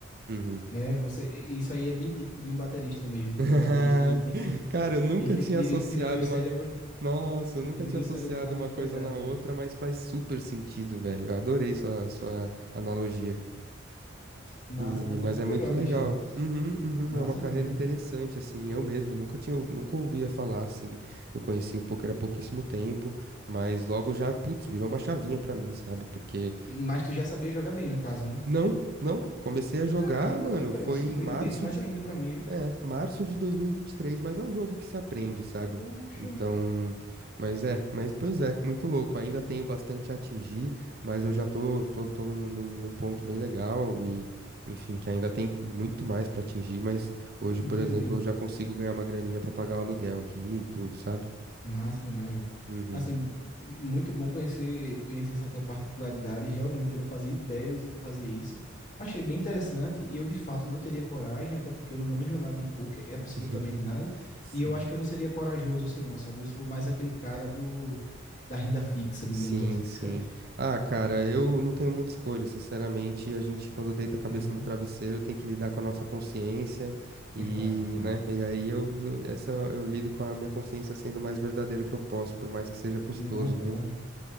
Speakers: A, on the right; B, on the left.
A: Uhum.
B: É, você, isso aí é bem típico de um baterista mesmo, porque
A: <laughs>
B: o baterista ele tem que
A: Cara, eu nunca
B: ele tem
A: tinha
B: que diri-
A: associado
B: dividir o cérebro,
A: uma. Nossa, eu nunca
B: dividir
A: tinha associado
B: o cérebro em vários
A: uma
B: pedaços,
A: coisa na outra,
B: hein.
A: mas faz super sentido, velho. Eu adorei sua, sua analogia.
B: Massa,
A: E...
B: mas
A: Mas
B: é muito
A: é muito
B: legal, bicho.
A: legal. Uhum, uhum,
B: Massa
A: é uma carreira
B: mesmo.
A: interessante, assim. Eu mesmo nunca tinha, ou- nunca ouvia falar, assim. Eu conheci o poker há pouquíssimo tempo, mas logo já, putz, virou uma chavinha pra mim, sabe? Porque.
B: Mas tu já sabia jogar bem, no caso, né?
A: Não, não. Comecei a jogar,
B: Caramba,
A: mano.
B: velho,
A: Foi
B: surpreendente
A: em março
B: mais
A: de.
B: ainda pra mim, viu?
A: É, março de 2023, mas é um jogo que se aprende, sabe?
B: Puxa,
A: Então, mas é, mas pois é, muito louco. Ainda tenho bastante a atingir, mas eu já tô, tô, tô num, num, num ponto bem legal e, enfim, que ainda tem muito mais pra atingir, mas hoje,
B: entendi.
A: por exemplo, eu já consigo ganhar uma graninha pra pagar o aluguel aqui e tudo, sabe?
B: Massa demais, velho.
A: Uhum.
B: Assim, muito bom conhecer conhecer essa tua particularidade. Realmente eu não fazia ideia de que tu fazia isso. Achei bem interessante. Eu, de fato, não teria coragem, até porque eu não manjo nada de poker, absolutamente
A: <laughs>
B: nada.
A: Sim.
B: E eu acho que eu não seria corajoso assim, não, sabe? Eu sou mais aquele cara do da renda fixa, digamos
A: Sim,
B: assim,
A: sim.
B: <laughs> sabe?
A: Ah, cara, eu não tenho muita escolha, sinceramente. A gente, quando deita a cabeça
B: Aham.
A: no travesseiro, tem que lidar com a nossa consciência
B: É
A: e,
B: claro, é claro.
A: né? E aí eu, essa eu lido com a minha consciência sendo o mais verdadeiro que eu posso, por mais que seja custoso,
B: Não, é claro.
A: viu?